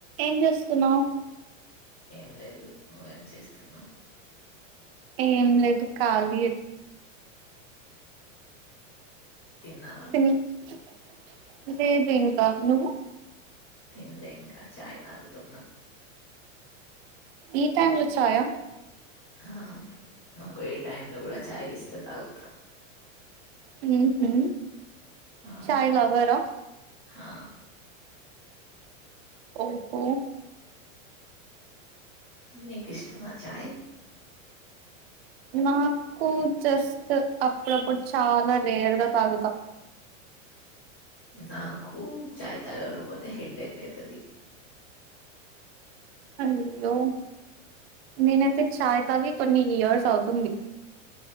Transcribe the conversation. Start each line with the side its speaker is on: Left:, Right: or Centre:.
Right: ఏం చేస్తున్నావ్
Left: ఏం లేదు నువ్వేం చేస్తున్నావు
Right: ఏం లేదు ఖాలీ
Left: తిన్నావా
Right: తిన్నావా లేదు ఇంకా నువ్వు
Left: తిన్లే ఇంకా చాయ తాగుతున్నా
Right: ఈ టైం లో ఛాయ
Left: ఆ నాకు ఏ టైమ్ లో కూడా చాయ్ ఇస్తే తాగుతా
Right: ఉహు
Left: ఆ
Right: చాయిలవరా
Left: ఆ
Right: ఓహో
Left: మీ కిష్టమా ఛాయి
Right: నాకు జస్ట్ అప్పుడప్పుడు చాలా రేర్గా తాగుతా
Left: నాకు చాయ్ తాగాకపోతే హెడ్డేక్ అయితది
Right: అయయ్యో నేనైతే ఛాయ్ తాగి కొన్ని ఇయర్స్ అవుతుంది